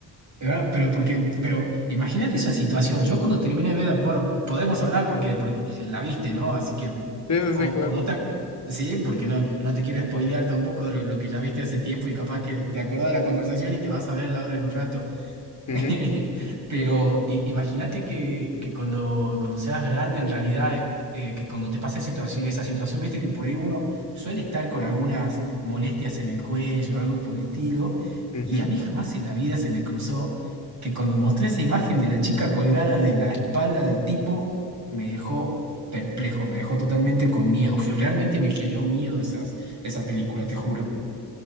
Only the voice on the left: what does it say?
Sí, sí,
sí, claro.
Ujú,
ujú.